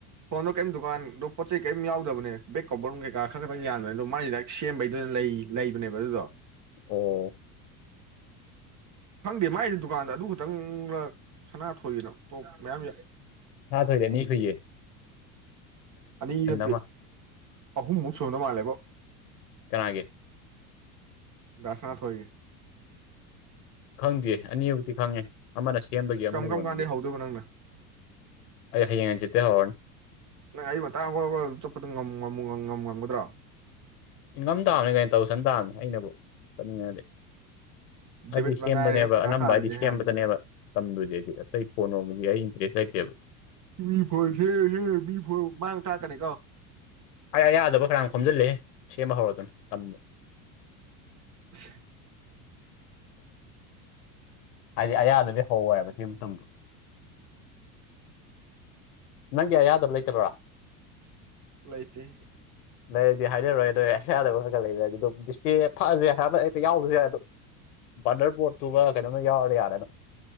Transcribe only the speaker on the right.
ꯐꯣꯟꯗꯣ ꯀꯩꯝ ꯗꯨꯥꯟ ꯑꯗꯣ ꯆꯩ ꯀꯩꯝ ꯌꯥꯎꯗꯕꯅꯦ ꯕꯦꯛ ꯀꯣꯔ ꯀꯩꯀ ꯈꯪ ꯌꯥꯗꯣꯏ ꯑꯗꯣ ꯃꯥꯒꯤꯁꯤꯗ ꯁꯦꯝꯕꯩꯗꯨꯅ ꯂꯩꯕꯅꯦꯕ ꯑꯗꯨꯗꯣ
ꯈꯪꯗꯦ ꯃꯥꯏꯗꯤ ꯗꯨꯀꯥꯟꯗꯣ ꯑꯗꯨ ꯈꯛꯇꯪ ꯁꯅꯥ ꯊꯣꯏꯒꯤꯅ ꯇꯣꯞ ꯃꯌꯥꯝ ꯌꯥ
ꯑꯅꯤ ꯅꯠꯇꯦ
ꯑꯍꯨꯝꯃꯨꯛ ꯁꯨꯗꯧ ꯃꯥꯜꯂꯦꯕꯣ
ꯗꯁꯅꯥꯊ ꯍꯣꯏꯌꯦ
ꯀꯔꯝ
ꯀꯔꯝ
ꯀꯥꯟꯗꯩ ꯍꯧꯗꯣꯏꯕ ꯅꯪꯅ
ꯅꯪ ꯑꯩ ꯃꯇꯥꯡ ꯈꯔꯒ ꯆꯠꯄꯗꯨꯣ ꯉꯝꯃꯨ ꯉꯝ ꯉꯪꯒꯗ꯭ꯔꯣ
ꯗꯦꯕꯤꯠ
ꯃꯉꯥꯏꯔꯦ
ꯄꯩꯁꯥ
ꯇꯥꯜꯂꯤꯁꯦ
ꯍꯥ
ꯃꯤ ꯐꯣꯏ ꯍꯦ ꯍꯦ ꯃꯤ ꯐ ꯃꯥꯡ ꯊꯥꯛꯀꯅꯤ ꯀꯣ
<inaudible> <unintelligible>
ꯂꯩꯥꯏꯇ